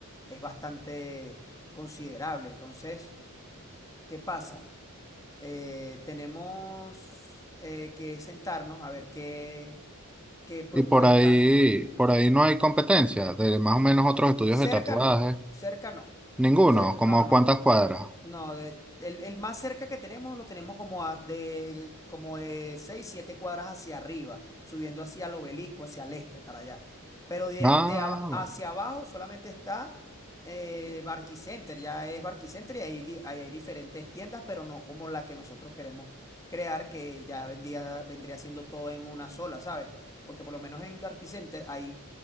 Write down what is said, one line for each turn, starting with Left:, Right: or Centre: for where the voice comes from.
Left: es bastante considerable. Entonces, ¿qué pasa? Eh, tenemos eh, que sentarnos a ver qué, qué propuesta
Centre: Y por ahí, por ahí no hay competencia de más o menos otros estudios
Left: Cerca
Centre: de tatuaje.
Left: no, cerca no.
Centre: Ninguno,
Left: Cer- no,
Centre: como
Left: no, no.
Centre: cuántas cuadras.
Left: No, de- el, el más cerca que tenemos lo tenemos como a- de como de 6 7 cuadras hacia arriba, subiendo hacia el obelisco, hacia el este, para allá. Pero de,
Centre: Ah,
Left: de ab- hacia
Centre: bueno.
Left: abajo solamente está eh, Barquicenter, ya es Barquicenter y ahí, di- ahí hay diferentes tiendas, pero no como la que nosotros queremos crear, que ya vendía, vendría siendo todo en una sola, ¿sabes? Porque por lo menos en Barquicenter hay